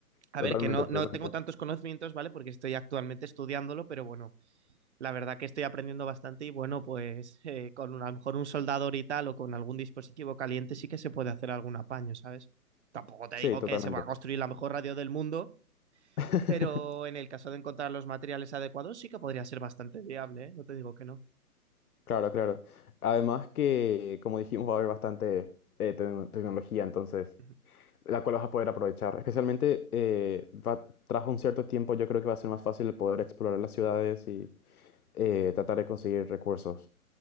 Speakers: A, on the right; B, on the left.
A: A
B: Totalmente,
A: ver, que no,
B: totalmente.
A: no tengo tantos conocimientos, ¿vale? Porque estoy actualmente estudiándolo, pero bueno, la verdad que estoy aprendiendo bastante y bueno, pues eh, con un- a lo mejor un soldador y tal o con algún dispositivo caliente sí que se puede hacer algún apaño, ¿sabes? Tampoco te
B: Sí,
A: digo
B: totalmente.
A: que se va a construir la mejor radio del mundo,
B: <laughs>
A: pero en el caso de encontrar los materiales adecuados sí que podría ser bastante viable, ¿eh? No te digo que no.
B: Claro, claro. Además que, como dijimos, va a haber bastante eh, tecno- tecnología, entonces,
A: Ujú.
B: la cual vas a poder aprovechar. Especialmente, eh, va, tras un cierto tiempo, yo creo que va a ser más fácil el poder explorar las ciudades y eh, tratar de conseguir recursos.